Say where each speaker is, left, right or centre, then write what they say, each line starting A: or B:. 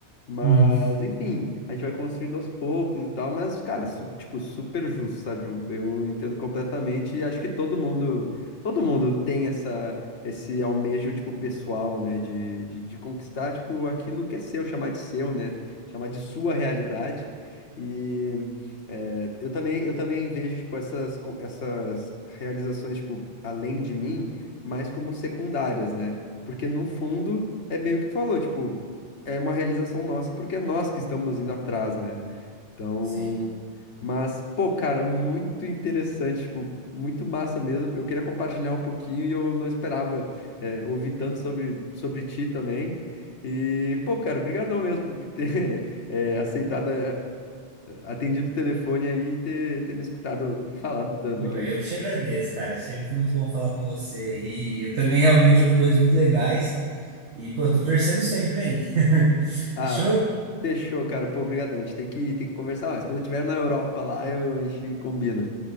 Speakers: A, on the left (about 75°); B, on the right (about 70°).
A: Mas,
B: uhum.
A: enfim, a gente vai construindo aos poucos e tal, mas, cara, su- tipo, super justo, sabe? Eu, eu entendo completamente e acho que todo mundo, todo mundo tem essa, esse almejo, tipo, pessoal, né? De, de, de conquistar, tipo, aquilo que é seu, chamar de seu, né? Chamar de sua realidade. E é, eu também, eu também vejo, tipo, essas, co- essas realizações, tipo, além de mim, mais como secundárias, né? Porque, no fundo, é bem o que tu falou, tipo é uma realização nossa, porque é nós que estamos indo atrás, né? Então,
B: Sim.
A: mas, pô, cara, muito interessante, tipo, muito massa mesmo. Eu queria compartilhar um pouquinho e eu não esperava é, ouvir tanto sobre, sobre ti também. E, pô, cara, obrigadão mesmo por, por ter <laughs> é, aceitado, a- a- atendido o telefone aí e ter, ter me escutado falado tanto
B: Pô,
A: aqui.
B: eu que te agradeço, cara. É sempre muito bom falar com você aí. E Eu também realmente ouvi coisas muito legais. E, pô, tô torcendo sempre aí. <laughs>
A: Ah,
B: Fechou?
A: fechou, cara. Pô, obrigadão. A gente tem que, tem que conversar mais. Quando eu estiver na Europa lá, eu, a gente combina.